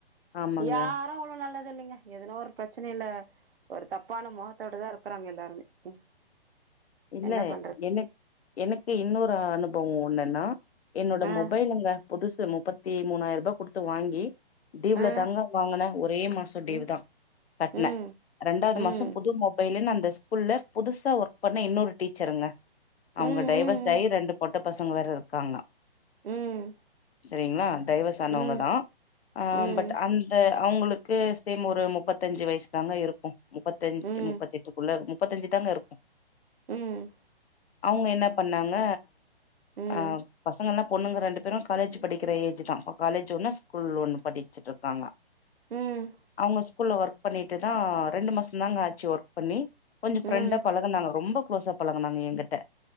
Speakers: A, on the left; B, on the right.
A: ஆமாங்க
B: யாரு அவ்ளவு நல்லது தெர்லங்க இல்லைங்க எதுன ஒரு பிரச்சனைல்ல ஒரு தப்பான முகத்தோட தா இருக்குறாங்க எல்லாருமே ம்
A: இல்ல
B: என்ன பண்றது
A: என எனக்கு இன்னொரு அனுபவ ஒன்னு என்னான என்னோட
B: ஆ
A: மொபைல் அங்க புதுசு முப்பத்தி மூணாயிர ரூபாய் கொடுத்து வாங்கி டீவுல
B: ஆ
A: தங்கா வாங்குனே ஒரே மாச டீவு
B: ம்
A: தா கட்டுனே
B: ம்
A: ரெண்டாவது
B: ம்
A: மாசம் புது மொபைலன்னு அந்த ஸ்கூல்ல புதுசா ஒரு பண்ண இன்னொரு டிஸ் ச்சுருங்க
B: ம் ம்
A: அவங்க டைவர்ஸ்டயி ரெண்டு பொட்ட பசங்க வேற இருக்காங்க
B: ம் ம்
A: செரிங்களா டயர்வசானவங்க
B: ம்
A: தா ஆ
B: ம்
A: பட் அந்த அவங்களுக்கு சேம் ஒரு முப்பத்தஞ்சு வயசு தாங்க இருக்கு முப்பத்தஞ்சு
B: ம்
A: முப்பத் எட்டுக்குள்ளே முப்பத்தஞ்சு தாங்க இருக்கு
B: ம்
A: அவங்க என்ன பண்ணாங்க
B: ம்
A: ஆ பசங்கல்லா பொண்ணுங்க ரெண்டு அப்பற காலேஜ் படிக்கிற ஏஜ் தா இப்ப காலேஜ் ஒன்னு ஸ்கூல் ஒன்னு படிச்சுட்டு இருக்காங்க
B: ம்
A: அவங்க ஸ்கூல்ல ஒர்க் பண்ணிட்டு தா ரெண்டு மாசம் தாங்க ஆச்சு ஒர்க் பண்ணி கொஞ்சோ ஃப்ரெண்டா
B: ம்
A: பழகுனாங்க ரொம்ப குளோஸ் ஆ பழகுனாங்க என்கிட்ட